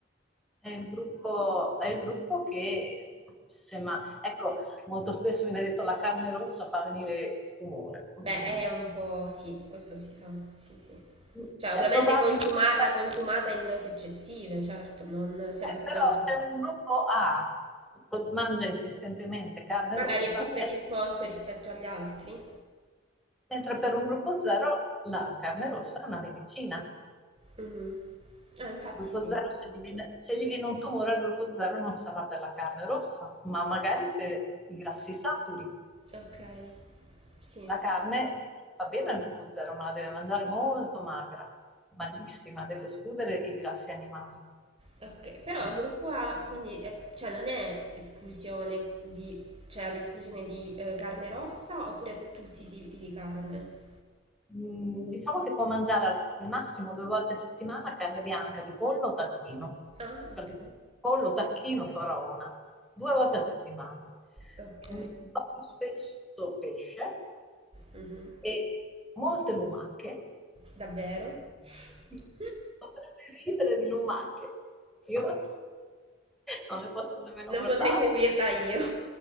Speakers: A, in the centre; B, on the right.
A: È il gruppo, è il gruppo che, se ma, ecco, molto spesso viene detto la carne rossa fa venire il tumore.
B: Beh,
A: Mm,
B: è un po'... sì, questo si sa, sì, sì.
A: mm,
B: Cioè,
A: È
B: ovviamente
A: probabile,
B: consumata,
A: eh,
B: consumata in dosi eccessive, certo, non se la si
A: però
B: consuma.
A: se un gruppo A co- mangia insistentemente carne
B: Magari
A: rossa,
B: è più predisposto
A: è-
B: rispetto agli altri.
A: mentre per un gruppo zero la carne rossa è una medicina.
B: Mhm. Ah, infatti
A: Il gruppo
B: sì,
A: zero, se
B: giusto.
A: gli viene, se gli viene un tumore al gruppo zero non sarà per la carne rossa, ma magari per i grassi saturi.
B: Ok, sì.
A: La carne fa bene al gruppo zero, ma la deve mangiare molto magra, magrissima, deve escludere i grassi animali.
B: Ok, però il gruppo A, quindi, è- cioè, non è esclusione di, cioè, ad esclusione di eh, carne rossa oppure tutti i tipi di carne?
A: Mm, Diciamo che può mangiare al massimo due volte a settimana carne bianca di pollo o tacchino,
B: Ah,
A: per
B: ok.
A: dire, pollo, tacchino, faraona, due volte a settimana.
B: Ok.
A: Un po' più spesso pesce
B: Mhm.
A: e molte lumache
B: Davvero? <laughs>
A: Sì, potrebbe ridere di lumache. Io non le posso nemmeno
B: Non
A: guardare.
B: potrei seguirla io.